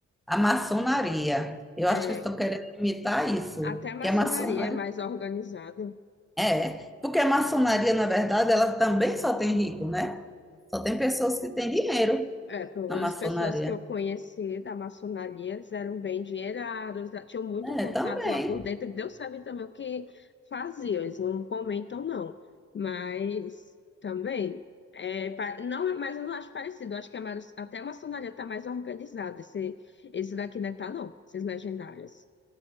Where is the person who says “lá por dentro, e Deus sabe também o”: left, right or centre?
Left